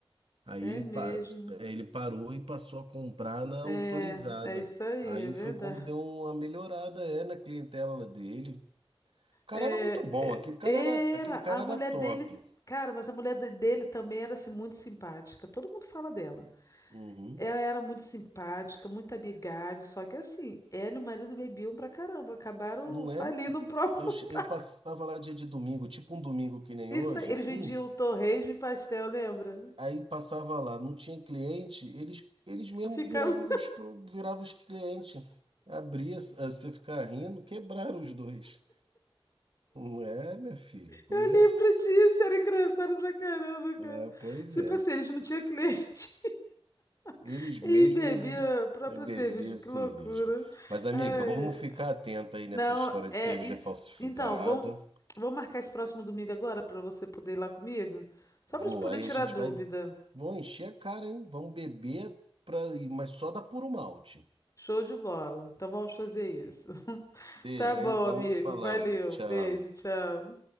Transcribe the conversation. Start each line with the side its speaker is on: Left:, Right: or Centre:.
Right: Aí
Left: é
Right: ele,
Left: mesmo.
Right: pa- ele parou e passou a comprar na
Left: É,
Right: autorizada.
Left: é isso aí,
Right: Aí
Left: é verdade.
Right: foi quando deu uma melhorada, é, na clientela dele. O cara
Left: É,
Right: era muito bom, aquele cara
Left: é,
Right: era, aquele
Left: era
Right: cara
Left: a mulher
Right: era top.
Left: dele. Cara, mas a mulher de- dele também era assim, muito simpática. Todo mundo fala dela.
Right: Uhum.
Left: Ela era muito simpática, muito amigável. Só que assim, ela e o marido bebiam pra caramba. Acabaram
Right: Não
Left: falindo
Right: é?
Left: o próprio.
Right: Eu, che- eu passava lá dia de domingo, tipo um domingo que nem
Left: Isso
Right: hoje,
Left: aí, eles
Right: assim.
Left: vendiam torresmo e pastel, lembra?
Right: Aí passava lá, não tinha cliente, eles, eles mesmo
Left: Ficava.
Right: viravam
Left: <laughs>
Right: os, pro- viravam os clientes. Abria, eh, você ficar rindo, quebraram os dois. Não é, minha filha? Coisa.
Left: Eu lembro
Right: f-
Left: disso, era engraçado pra caramba, cara.
Right: Ah, pois
Left: Tipo
Right: é.
Left: assim, eles não tinham cliente
Right: Eles
Left: <laughs> e
Right: mesmos
Left: bebia a própria
Right: é, bebiam
Left: cerveja, que
Right: cerveja.
Left: loucura.
Right: Mas, amiga,
Left: Ai,
Right: vamos ficar atenta aí nessa
Left: não,
Right: história
Left: é
Right: de cerveja
Left: isso.
Right: falsificada.
Left: Então, vamos, vamos marcar esse próximo domingo agora pra você poder ir lá comigo? Só
Right: Vou,
Left: pra te poder
Right: aí
Left: tirar
Right: a gente
Left: dúvida.
Right: vai. Vão encher a cara, hein? Vamos beber, pra... mas só da puro malte.
Left: Show de bola. Então vamos fazer isso. <laughs>
Right: Beijo,
Left: Tá bom,
Right: hein? Vamos
Left: amigo.
Right: falando.
Left: Valeu.
Right: Tchau.
Left: Beijo, tchau.